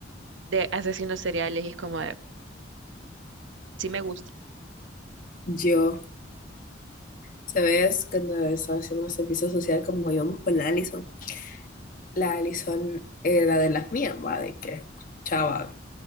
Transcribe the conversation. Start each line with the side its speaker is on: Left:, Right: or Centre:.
Right: de asesinos seriales y es como... Sí me gusta.
Left: yo, ¿sabes? Cuando estaba haciendo servicio social, como íbamos con la Allison, la Allison era de las mías, va, de que escuchaba